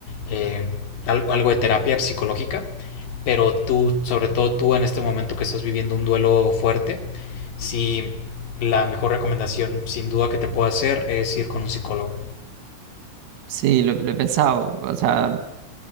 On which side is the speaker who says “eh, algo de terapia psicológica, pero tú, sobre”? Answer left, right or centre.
Left